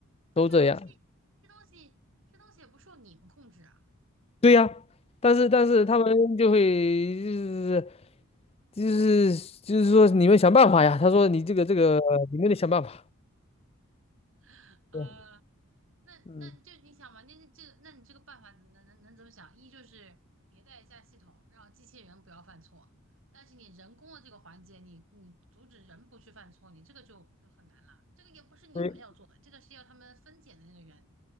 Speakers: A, on the right (about 65°); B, on the left (about 25°).
A: 但这东西，
B: 都这样。
A: 这东西，这东西也不受你们控制啊，
B: 对呀、但是但是他们就会
A: 对吧？
B: 就是就是就是说你们想办法呀，他说你这个这个你们得想办法。
A: <laughs> 呃。
B: 对
A: 那那就你想嘛，
B: 嗯，
A: 那那这个，那你这个办法能能能怎么想？一就是迭代一下系统，让机器人不要犯错，但是你人工的这个环节，你你阻止人不去犯错，你这个就就很难了。这个也不是你们要做的，
B: 对。
A: 这个是要他们分拣的那个人